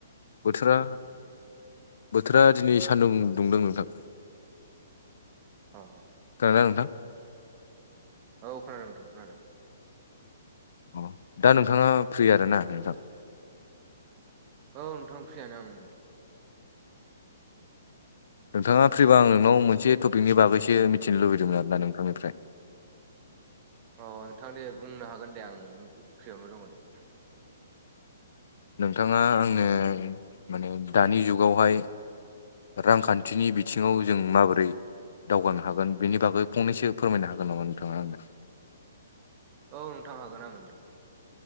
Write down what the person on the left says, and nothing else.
बोथोरा बोथोरा दिनै सानदुं दुंदों नोंथां। <unintelligible>
नोथां
अ दा नोंथाङा फ्रि आर ना नोंथां?
नोंथाङा फ्रिबा आं नोंनाव मोनसे टपिकनि बागैसो मिथिनो लुबैदोंमोन आरोना नोंथांनिफ्राय।
नोंथाङा आंनो माने दानि जुगावहाय रांखान्थिनि बिथिङाव जों माबोरै दावगानो हागोन बेनि बागै फंनैसो फोरमायनो हागोन नामा नोंथाङा आंनो?